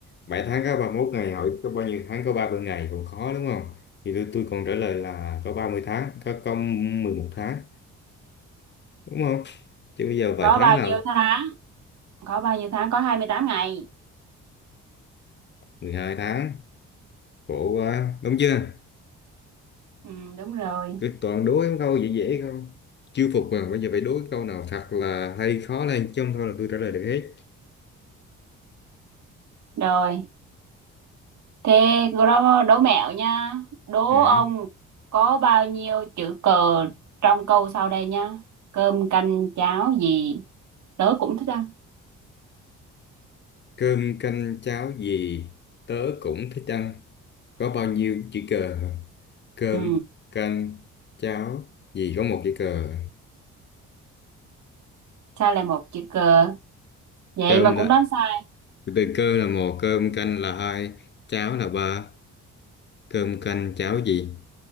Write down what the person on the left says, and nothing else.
bảy tháng có ba mươi mốt ngày hỏi có bao nhiêu tháng có 30 ngày còn khó đúng không thì tôi tôi còn trả lời là có ba mươi tháng có có mười một tháng đúng không chứ bây giờ bảy
tháng
nào
mười hai tháng khổ quá đúng chưa
Cứ toàn đố em câu dễ dễ không? Chưa phục mà, bây giờ phải đố câu nào thật là hay khó lên chứ không thôi là tôi trả lời được hết.
Ừ.
Cơm canh cháo gì tớ cũng thích ăn. Có bao nhiêu chữ cờ? hả? Cơm
canh cháo gì có một chữ cờ.
Cơm
là
từ cơ là một, cơm canh là hai, cháo là ba. Cơm canh cháo gì?